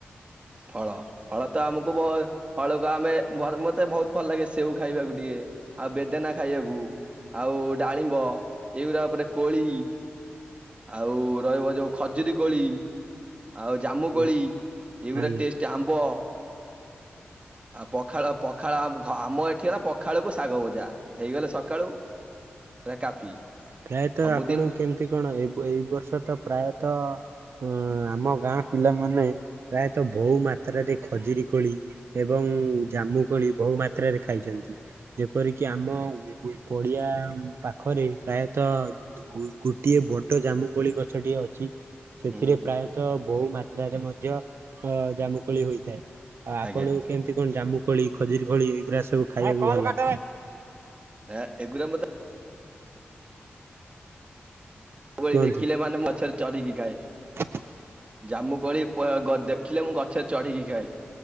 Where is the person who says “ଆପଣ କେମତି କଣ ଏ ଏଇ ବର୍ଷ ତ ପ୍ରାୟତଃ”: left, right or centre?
Right